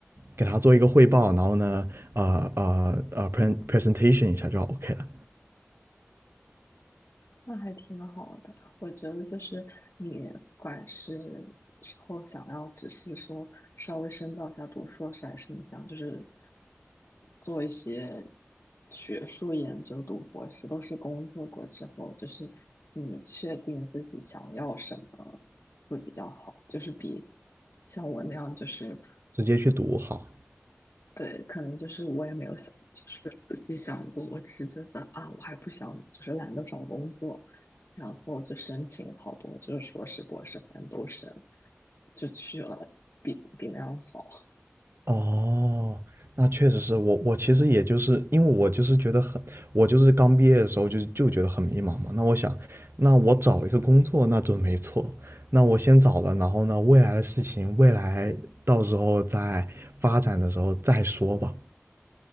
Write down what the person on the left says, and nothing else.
那还挺好的，我觉得就是你不管是之后想要只是说稍微深造一下读硕士，还是你想就是做一些学术研究、读博士，都是工作过之后，就是你确定自己想要什么会比较好，就是比像我那样就是
对，可能就是我也没有想，就是仔细想过，我只是觉得啊，我还不想，就是懒得找工作，然后就申请好多，就是硕士、博士，反正都申，就去了，比比那样好。